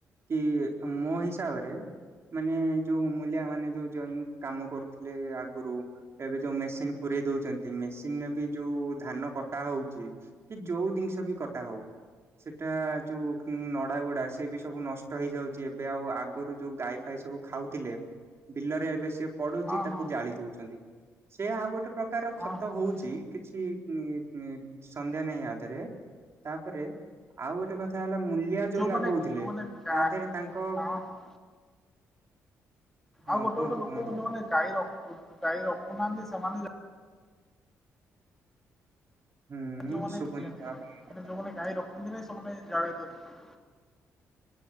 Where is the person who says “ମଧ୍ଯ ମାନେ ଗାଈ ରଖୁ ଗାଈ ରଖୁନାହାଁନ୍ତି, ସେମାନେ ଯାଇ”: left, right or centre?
Centre